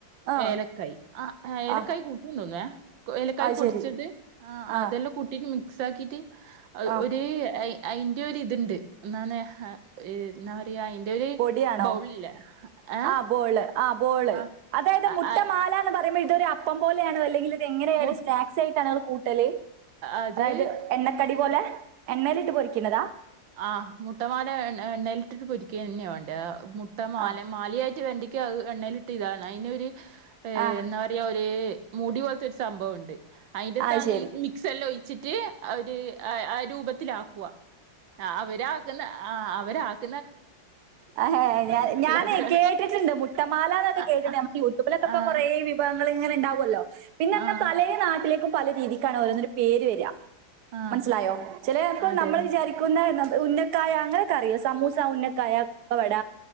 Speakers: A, on the right; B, on the right.
A: ആ
B: ഏലക്കായ് ആഹ് ഏലക്കായ്
A: ആ
B: കൂട്ടുനോ തോന്നുന്നേ ഏലക്കായ്
A: അത്
B: പൊടിച്ചത്
A: ശരി
B: ആഹ്
A: ആ
B: അതെല്ലാം കൂട്ടിട്ട് മിക്സ് ആക്കീട്ട് അഹ്
A: ആ
B: ഒര് ഏയി അയിന്റെ ഒരു ഇതുണ്ട് ഒന്നാനെ ഹ <unintelligible> ട്ടി അയിന്റെ ഒരു
A: പൊടിയാണോ
B: ബൗൾ ഇല്ലേ ഏഹ്
A: ആ ബോള്
B: എ
A: ആ ബോള്
B: ആഹ്
A: അതായത്
B: അ
A: മുട്ടമാല
B: ആഹ്
A: എന്ന് പറയ്മ്പം ഇതൊര് അപ്പം പോലെയാണ് അല്ലെങ്കില് ഇത് എങ്ങനെയാണ്
B: മുട്ട
A: സ്‌നാക്‌സായിട്ടാണാ നിങ്ങള് കൂട്ടല്.
B: അത്
A: അതായത് എണ്ണക്കടി തുപോലെ എണ്ണയിലിട്ട് പൊരിക്കുന്നതാ
B: ആഹ് മുട്ടമാല എണ്ണ എണ്ണേ ലിട്ടിട്ട് പൊരിക്ക തന്നെ വേണ്ടിയെ ആ മുട്ടമാല
A: ആ
B: മാലയായിട്ട് വേണ്ടി ക്കു അത് എണ്ണേലിട്ട് യ്തതാണ് അയ്നൊര് ഏഹ്
A: ആ
B: എണ്ണ വ ടിയ ഒര് മൂടി പോലത്തെ ഒരു സംഭവം ഒണ്ട് അതിന്റെത്താണി
A: അത് ശരി
B: മിക്സല്ലാം ഒഴിച്ചിട്ട് ആ ഒര് അയ് ആ രൂപത്തിലാക്കുക. ആ അവരാകുന്ന അഹ് അവരാക്
A: അഹ് ഹേ ഞാ ഞാനേ
B: അത്
A: കേട്ടിട്ടുണ്ട് മുട്ടമാലന്നൊക്കെ
B: ആഹ്
A: കേട്ടിട്ടെ
B: ആഹ്
A: നമ്മുക്ക് യൂട്യൂബ് ബിലൊക്കെ
B: ആഹ്
A: ഇപ്പം കൊറേ വ്യൂ വിഭവങ്ങള് ഇങ്ങനെ ഇണ്ടാവുമല്ലോ പിന്നെന്നെ
B: ആഹ്
A: പലേ നാട്ടിലേക്കും പല രീതിക്കാണ് ഓരോന്നിനു പേര് വരാ
B: ആഹ്
A: മനസ്സിലായോ ചെലേപ്പോ
B: അതെ
A: നമ്മള്
B: അതെ
A: വിചാരിക്കുന്ന ന്താ ഉന്നക്കായാ അങ്ങനെയൊക്കെ അറിയോ സമൂസ ഉന്ന ക്കായ പ്പുവട